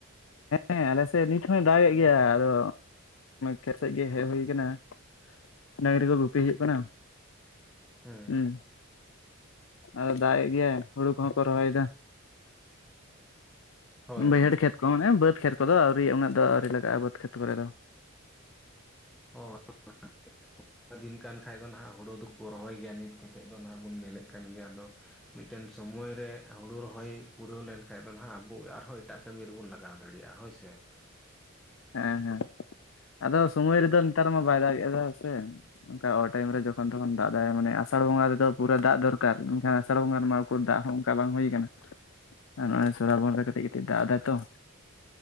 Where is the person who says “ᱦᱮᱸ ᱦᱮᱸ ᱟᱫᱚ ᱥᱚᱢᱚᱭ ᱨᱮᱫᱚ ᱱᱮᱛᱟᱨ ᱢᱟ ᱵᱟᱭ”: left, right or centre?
Left